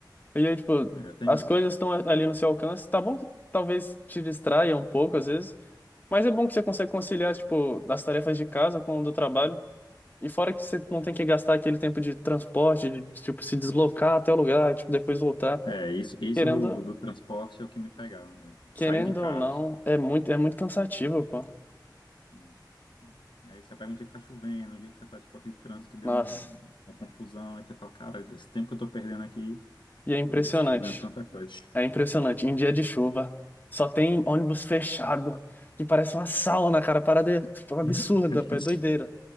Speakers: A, on the left (about 25°); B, on the left (about 80°).
A: e aí, tipo,
B: É, tem
A: as coisas
B: isso.
A: estão ali no seu alcance. Tá bom que talvez te distraia um pouco, às vezes, mas é bom que você consegue conciliar, tipo, das tarefas de casa com o do trabalho. E fora que você não tem que gastar aquele tempo de transporte, de, tipo, se deslocar até o lugar, tipo, depois voltar.
B: É, isso, isso
A: Querendo,
B: do, do transporte é o que me pegava mesmo.
A: querendo
B: Sair de casa.
A: ou não, é muito, é muito cansativo, pô.
B: muito. É. Aí você pega um dia que tá chovendo, um dia que você tá, tipo, aquele trânsito que deu
A: Nossa.
B: um- uma confusão, aí você fala, cara, esse tempo que eu tô perdendo aqui,
A: E é impressionante.
B: poderia estar <laughs> fazendo tanta coisa.
A: É impressionante. Em dia de chuva, só tem ônibus fechado, que parece uma sauna, cara. Parada é, tipo, absurda,
B: <laughs>
A: pô. É doideira.